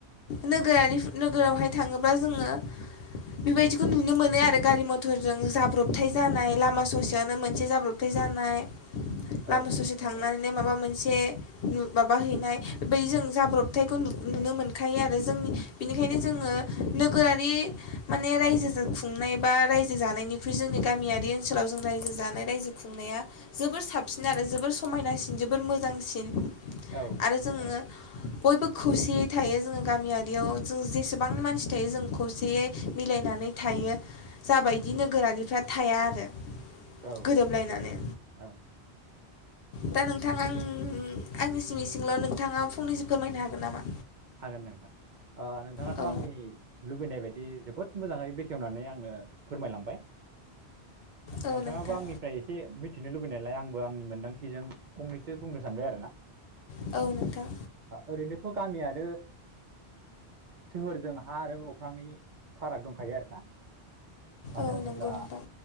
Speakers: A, on the left; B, on the right.
A: नोगोरारि नोगोरावहाय थाङोब्ला जोङो बेबायदिखौ नुनो मोनो आरो गारि मथरजों जाब्रबथाय जानाय लामा ससेयावनो मोनसे जाब्रबथाय जानाय लामा
B: औ
A: ससे
B: नंगौ
A: थांनानैनो माबा मोनसे से माबा हैनाय बेबायदि जों जाब्रबथायखौ नुनो मोनखायो आरो जोंनि बेनिखायनो जोङो नोगोरारि माने रायजोजों खुंनाय बा रायजो जानायनिख्रुइ जोंनि गामियारि ओनसोलाव जों रायजो जानाय रायजो खुंनाया जोबोर साबसिन आरो जोबोर समायनासिन जोबोर मोजांसिन
B: औ
A: आरो जोङो बयबो खौसेयै थायो जोङो गामियारियाव जों जेसेबांनि मानसि थायो जों खौसेयै मिलायनानै थायो जाबायदि नोगोरारिफ्रा थाया आरो
B: औ
A: गोरोबलायनानै
B: औ
A: दा नोंथाङा आं आंनि सिं सिंल' नोंथाङा फंनैसो फोरमायनो हागोन नामा
B: हागोन नोंथां नोंथाङाथ'
A: औ
B: आंनि लुबैनाय बायदि जोबोद मोजाङै बेखेवनानै आंनो फोरमायलांबाय
A: औ
B: नोंथाङाबो
A: नोंथां
B: आंनिफ्राय एसे मिथिनो लुबैनायलाय आंबो आंनि मोनदां जों फंनैसो बुंनो सानबाय आरोना
A: सानबाय आरो औ नोंथां
B: ओरैनोथ' गामियारि सोहोरजों हा आरो अख्रांनि फाराग दंखायो आरोना मानो
A: औ
B: होनोब्ला
A: नंगौ नोंथां